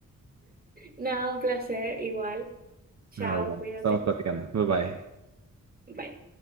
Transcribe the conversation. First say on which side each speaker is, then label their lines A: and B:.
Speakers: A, on the right (about 25°); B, on the right (about 55°).
A: Nada, un placer, igual. Chao,
B: Ah, bueno.
A: cuídate.
B: Estamos platicando. Bye bye.
A: Bye.